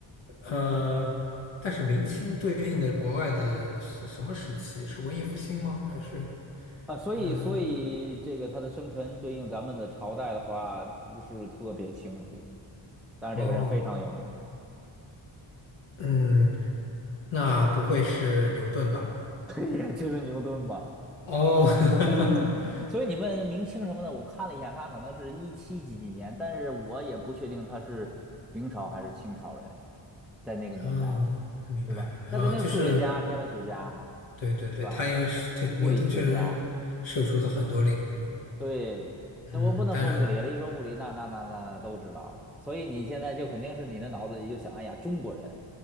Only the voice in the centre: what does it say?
啊，所以所以这个他的生辰对应咱们的朝代的话，
不是特别清楚。当然，
这个人非常有名，
<laughs> 对呀，就是牛顿嘛。
<laughs>
所以你问明清什么的，我看了一下，他可能是一七几几年，但是我也不确定他是明朝还是清朝人，在那个年代，
对吧？他肯定是数学家、
天文学家，
对吧？
物理学家。对，
这我不能说物理了，
一说物理，那那那那都知道了。所以你现在就肯定是你的脑子里就想，哎呀，中国人，